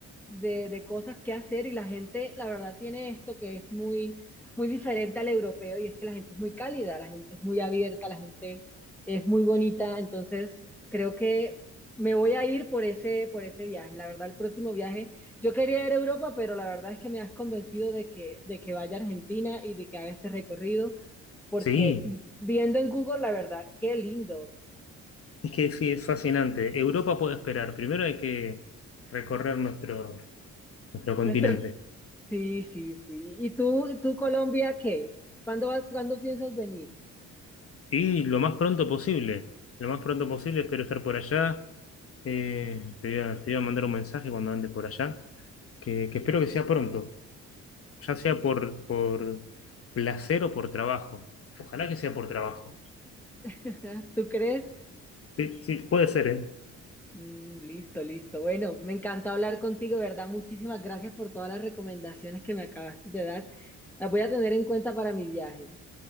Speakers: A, in the centre; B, on the left (about 50°).
A: de, de cosas que hacer y la gente, la verdad, tiene esto que es muy, muy diferente al europeo y es que la gente es muy cálida, la gente es muy abierta, la gente es muy bonita, entonces creo que me voy a ir por ese, por ese viaje. La verdad, el próximo viaje, yo quería ir a Europa, pero la verdad es que me has convencido de que, de que vaya a Argentina y de que haga este recorrido, porque
B: Sí,
A: viendo en Google, la verdad, qué lindo.
B: es que sí, es fascinante. Europa puede esperar. Primero hay que recorrer nuestro, nuestro continente.
A: Nuestro... Sí, sí, sí. ¿Y tú, tú Colombia, qué? ¿Cuándo vas, cuándo piensas venir?
B: Y lo más pronto posible. Lo más pronto posible, espero estar por allá. Eh, te voy a, te voy a mandar un mensaje cuando ande por allá, que, que espero que sea pronto, ya sea por, por placer o por trabajo. Ojalá que sea por trabajo.
A: <laughs> ¿Tú crees?
B: Sí, sí, puede ser, ¿eh?
A: Mm, listo, listo. Bueno, me encantó hablar contigo, ¿verdad? Muchísimas gracias por todas las recomendaciones que me acabaste de dar. Las voy a tener en cuenta para mi viaje.